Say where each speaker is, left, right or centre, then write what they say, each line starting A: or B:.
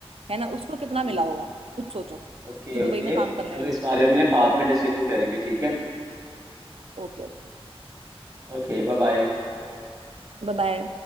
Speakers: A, on the right (about 70°); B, on the right (about 30°).
A: है ना उसको कितना
B: हम्म,
A: मिला होगा खुद सोचो
B: ओके
A: जो दुबई
B: ओके
A: में काम
B: चलो
A: कर रहे हैं लोग
B: इस बारे में बाद में डिस्कशन करेंगे ठीक है
A: Okay okay
B: Okay bye bye
A: bye bye